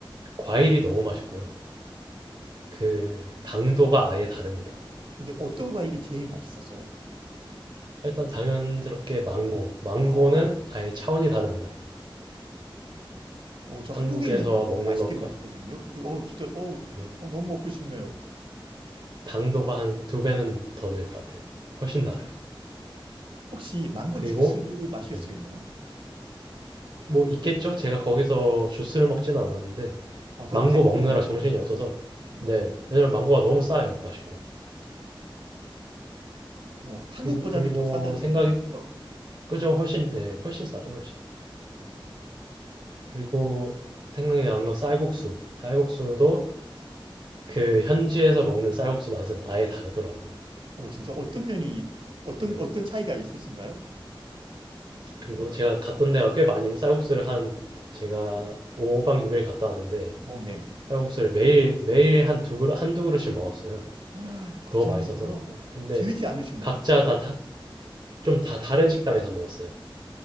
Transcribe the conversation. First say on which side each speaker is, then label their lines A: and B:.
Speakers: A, on the right (about 55°); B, on the right (about 75°).
A: 과일이 너무 맛있고요. 그 당도가 아예 다릅니다.
B: 근데 어떤 과일이 제일 맛있었어요?
A: 일단 당연스럽게 망고. 망고는
B: 아,
A: 아예 차원이 다릅니다.
B: 어, 저
A: 한국에서
B: 한국에 있는 망고도
A: 먹는
B: 맛있게
A: 것과
B: 먹거든요. 그, 어, 진짜, 어,
A: 네,
B: 어, 너무 먹고 싶네요.
A: 당도가 한 두 배는 더 될 것 같아요. 훨씬 달아요.
B: 혹시 망고
A: 그리고
B: 주스도 마실
A: 네,
B: 수 있나요?
A: 뭐 있겠죠? 제가 거기서 주스를 먹진 않았는데
B: 아, 그
A: 망고
B: 과일만
A: 먹느라
B: 먹었군요.
A: 정신이 없어서
B: 어,
A: 네, 왜냐면 망고가 너무 싸요. 맛있고.
B: 어, 한국보다도
A: 그리고 그리고
B: 더 싸다는
A: 생각이
B: 말이시죠?
A: 그죠? 훨씬 네, 훨씬 싸죠, 훨씬.
B: 어,
A: 그리고 생각이 나는 건 쌀국수. 쌀국수도 그 현지에서 먹는 쌀국수 맛은 아예 다르더라고요.
B: 어, 진짜 어떤 면이, 어떤,
A: 네.
B: 어떤 차이가 있으신가요?
A: 그리고 제가 갔던 데가 꽤 많이 쌀국수를 한 제가 5박 6일 갔다 왔는데
B: 어, 네.
A: 쌀국수를 매일 매일 한 두 그릇 한두 그릇씩 먹었어요.
B: <gasps> 그
A: 너무
B: 정도로요?
A: 맛있어서.
B: 어,
A: 근데
B: 질리지 않으셨나요?
A: 각자 다 다 좀 다 다른 식당에서 먹었어요.